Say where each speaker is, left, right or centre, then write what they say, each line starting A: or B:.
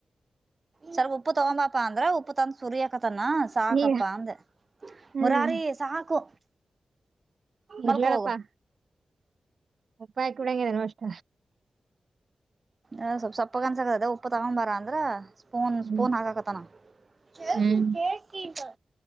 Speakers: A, on the right (about 40°); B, on the right (about 65°).
A: ಸ್ವಲ್ಪ ಉಪ್ಪು ತಗೊಂಬಾಪಾ ಅಂದ್ರ ಉಪ್ಪು ತಂದ ಸುರಿಯಾಕತಾನಾ. ಸಾಕಪ್ಪಾ
B: ನೀ
A: ಅಂದೆ
B: ಹ್ಮ್
A: ಮುರಾರಿ ಸಾಕು. ಮಲ್ಕ
B: ಇರ್ಲಾಳಪ್ಪಾ
A: ಹೋಗು
B: ಪಪ್ಪಾಯ ಕುಡ್ಯಾಗೆನು ಅಷ್ಟ.
A: ಅ ಸ್ವಲ್ಪ ಸೊಪ್ಪ ಅನ್ಸಕತತಾ ಉಪ್ಪು ತಗೊಂಬಾರ ಅಂದ್ರ ಸ್ಪೂನ್
B: ಹ್ಮ್
A: ಸ್ಪೂನ್ ಹಾಕಾಕತ್ತಾನ. ಜೈ
B: ಹ್ಮ್
A: ಸಿಗ ಜೈ ಸಿಗ